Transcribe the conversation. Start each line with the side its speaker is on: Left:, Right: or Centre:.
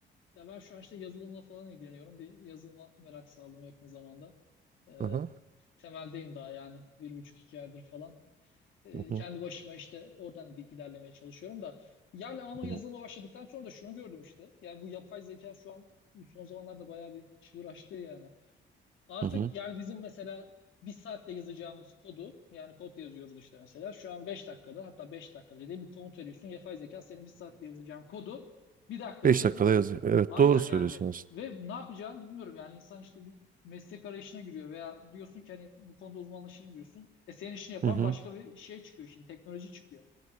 Left: Ya ben şu an işte yazılımla falan ilgileniyorum. Bir yazılıma merak saldım yakın zamanda. Ee,
Right: Aha.
Left: temeldeyim daha yani bir buçuk iki aydır falan. Ee,
Right: Hı hı,
Left: kendi başıma işte oradan bir ilerlemeye çalışıyorum da. Yani ama
Right: hı
Left: yazılıma
Right: hı,
Left: başladıktan sonra da şunu gördüm işte. Yani bu yapay zeka şu an bu son zamanlarda bayağı bir çığır açtı yani. Artık
Right: hı hı,
Left: yani bizim mesela bir saatte yazacağımız kodu yani kod yazıyoruz işte mesela şu an 5 dakikada hatta 5 dakika bile değil bir komut veriyorsun yapay zeka senin bir saatte yazacağın kodu bir dakikada
Right: Beş
Left: yazıyor.
Right: dakikada yazıyor. Evet
Left: Aynen
Right: doğru söylüyorsun
Left: yani
Right: aslında.
Left: ve ne yapacağını bilmiyorum yani insan işte bir meslek arayışına giriyor veya diyorsun ki hani bu konuda uzmanlaşırım diyorsun. E senin işini yapan
Right: Hı hı,
Left: başka bir şey çıkıyor şimdi teknoloji çıkıyor.